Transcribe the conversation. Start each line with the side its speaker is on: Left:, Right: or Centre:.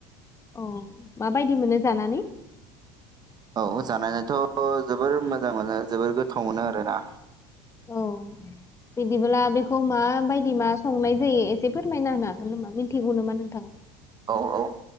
Left: अह माबायदि मोनो जानानै?
Right: औ जानायनोथ जोबोर मोजां मोनो जोबोर गोथाव मोनो आरोना।
Left: औ बिदिब्ला बेखौ माबायदि मा संनाय जायो एसे फोरमायना होनो हागोन नामा मिन्थिगौ नामा नोंथाङा?
Right: औ औ